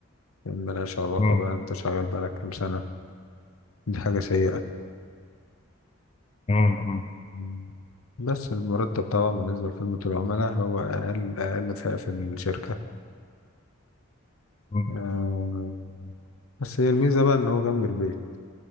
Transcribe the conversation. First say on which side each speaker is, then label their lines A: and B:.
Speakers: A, on the left; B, on the left.
A: يا عم ملهاش علاقة
B: اه
A: بقى انت شغال بقالك كام سنة دي حاجة سيئة
B: اه اه
A: مم. بس المرتب طبعا بالنسبة لخدمة العملاء هو أقل أقل فئة في الشركة
B: اه
A: آه، بس هي الميزة بقى إن هو جنب البيت